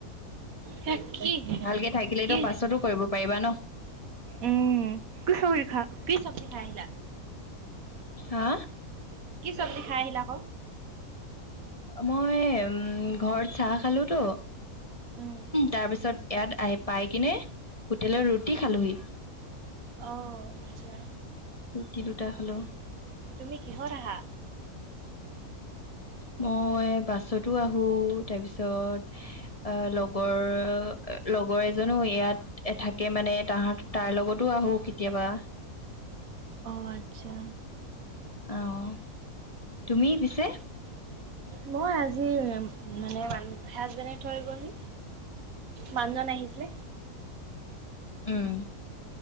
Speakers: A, on the right (about 70°); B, on the left (about 25°).
A: তাকে
B: ভালকে থাকিলেতো
A: কি
B: পাছতো কৰিব পাৰিবা ন
A: উম, কি চব খা কি চবজী খাই আহিলা?
B: হা?
A: কি চব্জি খাই আহিলা আকৌ?
B: মই ঘৰত চাহ খালোতো,
A: উম
B: তাৰপিছত ইয়াত আহি পাই কিনে হোটেলৰ ৰুটি খালোহি
A: অ', আছা।
B: ৰুটি দুটা খালো।
A: তুমি কিহত আহা?
B: <inaudible> মই বাছতো আহো তাৰপিছত আহ, লগৰ লগৰ এজনো ইয়াত থাকে মানে তাহাঁ তাৰ লগতো আহোঁ কেতিয়াবা।
A: অ', আচ্ছা।
B: অ', তুমি পিছে?
A: মই আজি মানে হাজবেণ্ডে থৈ গ'লহি। মানুহজন আহিছিলে।
B: উম।